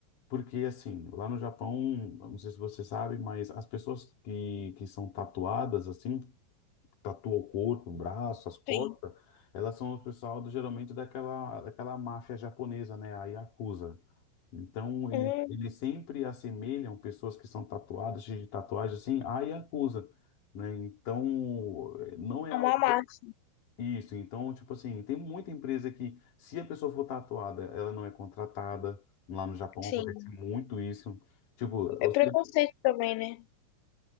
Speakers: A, on the left; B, on the left.
A: porque, assim, lá no Japão, eu não sei se você sabe, mas as pessoas que, que são tatuadas, assim, tatuam o corpo, o braço, as costas,
B: Sim.
A: elas são o pessoal do, geralmente daquela, daquela máfia japonesa, né, a Yakuza. Então, ele,
B: Hum,
A: eles sempre assemelham pessoas que são tatuadas, cheias de tatuagem, assim, à Yakuza, né? Então, não é algo
B: é uma marca,
A: isso, então, tipo assim, tem muita empresa que, se a pessoa for tatuada, ela não é contratada. Lá no Japão
B: sim.
A: acontece muito isso. Tipo,
B: É
A: ou
B: preconceito
A: se-
B: também, né?